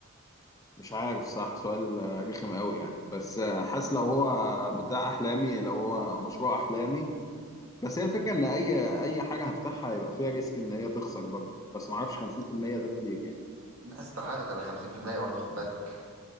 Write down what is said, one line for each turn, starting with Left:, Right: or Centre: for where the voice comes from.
Left: مش عارف صح سؤال آه، رخم قوي يعني بس آه، حاسس لو هو بتاع احلامي لو هو مشروع احلامي بس هي الفكره ان اي اي حاجه هفتحها هيبقى فيها ريسك ان هي تخسر برضه بس ما اعرفش 50% ده كتير يعني
Right: لا استحاله تبقى 50% برضه خد بالك